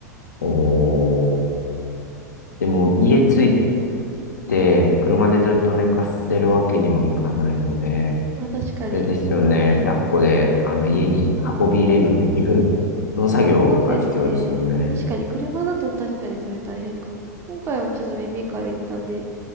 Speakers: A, on the left; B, on the right.
A: おー。でも、家着いて、車でずっと寝かせるわけにもいかないので、
B: まあ確かに、
A: あれですよね。抱っこで、あの、家に運び入れるっていう <laughs> その作業が必要ですよね。
B: そうですね。確かに車だと確かにそれ大変かも。今回はちょっとベビーカーで行ったんで、